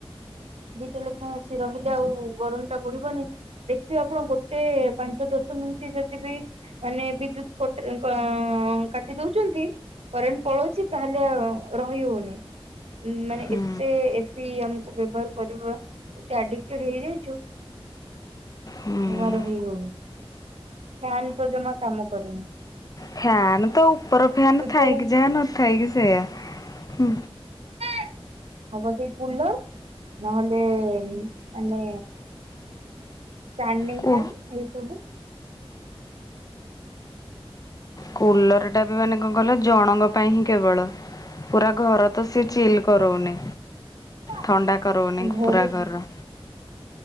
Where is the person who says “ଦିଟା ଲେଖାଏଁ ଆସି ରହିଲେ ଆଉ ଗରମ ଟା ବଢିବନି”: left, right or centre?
Right